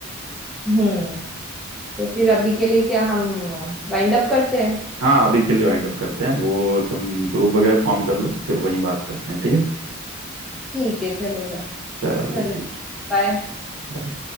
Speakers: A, in the centre; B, on the right.
A: हम्म तो फिर अभी के लिए क्या हम वाइंड अप करते हैं
B: हाँ अभी के लिए वाइंड अप करते हैं वो तुम ग्रुप वगैरह फॉर्म कर लो फिर वहीं बात करते हैं ठीक है
A: ठीक है चलेगा
B: चलो
A: चलो
B: ठीक
A: बाय
B: बाय